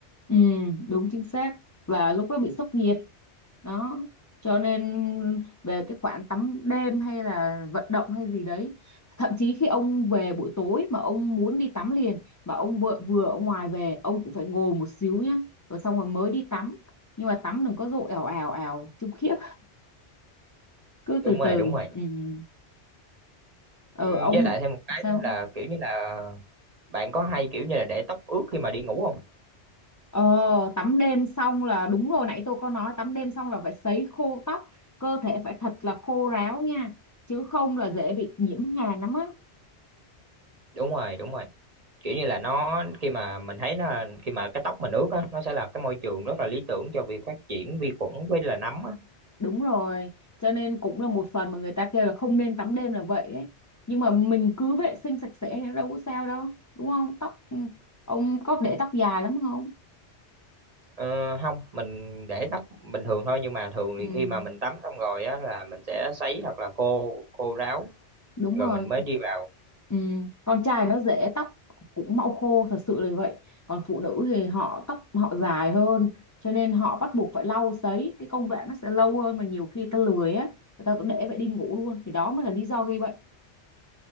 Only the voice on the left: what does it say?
Ừ, đúng chính xác là lúc đó bị sốc nhiệt đó cho nên về cái khoản tắm đêm hay là vận động hay gì đấy thậm chí khi ông về buổi tối mà ông muốn đi tắm liền mà ông vừa, vừa ở ngoài về ông cũng phải ngồi một xíu nhá rồi xong rồi mới đi tắm nhưng mà tắm đừng có dội ào ào ào chung khiếp cứ
từ
từ
ừ. ừ. ờ,
ông
sao
Ờ, tắm đêm xong là đúng rồi nãy tôi có nói tắm đêm xong là phải sấy khô tóc cơ thể phải thật là khô ráo nha chứ không là dễ bị nhiễm hàn lắm á
đúng rồi cho nên cũng là một phần mà người ta kêu là không nên tắm đêm là vậy ấy nhưng mà mình cứ vệ sinh sạch sẽ thì đâu có sao đâu đúng không tóc ừ, ông có để tóc dài lắm không
ừ
đúng
rồi
Ừ, con trai nó dễ tóc cũng mau khô thật sự là vậy còn phụ nữ thì họ tóc họ dài hơn cho nên họ bắt buộc phải lau sấy cái công đoạn nó sẽ lâu hơn mà nhiều khi ta lười á người ta cứ để vậy đi ngủ luôn thì đó mới là lý do gây bệnh